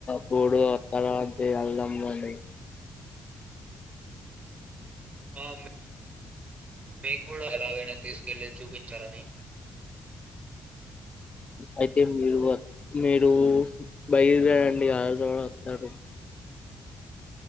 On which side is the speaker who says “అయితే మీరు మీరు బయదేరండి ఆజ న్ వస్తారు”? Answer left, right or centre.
Left